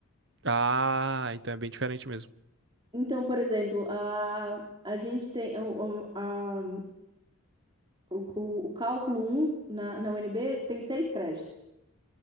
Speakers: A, on the right (about 55°); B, on the right (about 20°).
A: Ah, então é bem diferente mesmo.
B: Então, por exemplo, a, a gente tem o, o- a- o- o- o cálculo um na, na UNB tem seis créditos,